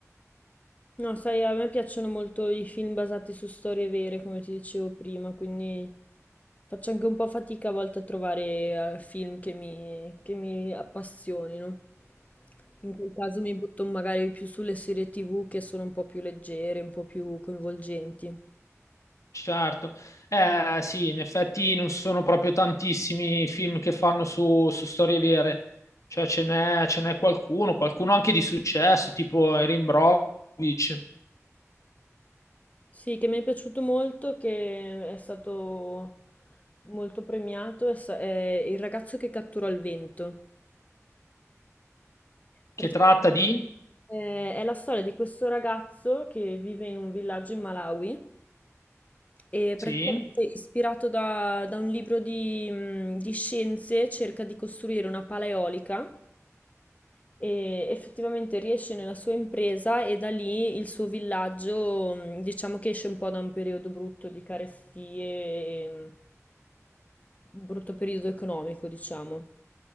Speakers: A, on the left (about 30°); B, on the left (about 70°).
A: No, sai, a me piacciono molto i film basati su storie vere, come ti dicevo prima, quindi faccio anche un po' fatica a volte a trovare eh, film che mi, che mi appassionino. In quel caso mi butto magari più sulle serie TV che sono un po' più leggere, un po' più coinvolgenti.
B: Certo, eh, sì, in effetti non sono proprio tantissimi i film che fanno su, su storie vere, cioè ce n'è ce n'è qualcuno, qualcuno anche di successo, tipo Erin Brockovich,
A: Sì, che mi è piaciuto molto, che è stato molto premiato, è, sa- è Il ragazzo che cattura il vento. Praticamente
B: che tratta di,
A: eh, è la storia di questo ragazzo che vive in un villaggio in Malawi e
B: sì,
A: praticamente ispirato da, da un libro di, mh, di scienze cerca di costruire una pala eolica e effettivamente riesce nella sua impresa e da lì il suo villaggio, mh, diciamo che esce un po' da un periodo brutto di carestie. e, mm, brutto periodo economico, diciamo.